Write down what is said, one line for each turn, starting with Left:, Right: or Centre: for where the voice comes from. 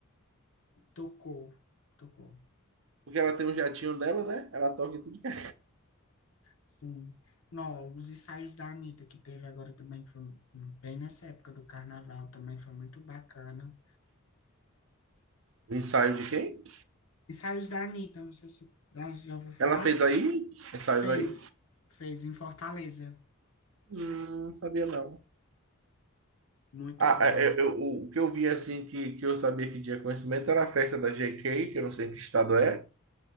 Left: Tocou, tocou.
Right: Porque ela tem um jatinho dela, né? Ela toca em tudo que é.
Left: Sim. Não, os ensaios da Anitta que teve agora também, que foi um, bem nessa época do carnaval, também foi muito bacana.
Right: O ensaio de quem?
Left: Ensaios da Anitta, não sei se você já ouviu falar.
Right: Ela fez aí? Ensaios
Left: Fez,
Right: aí?
Left: fez em Fortaleza.
Right: Hum, não sabia não.
Left: Muito
Right: Ah,
Left: bom.
Right: é, é, eu, o que eu vi assim que, que eu sabia que tinha conhecimento era a festa da GK, que eu não sei que estado é,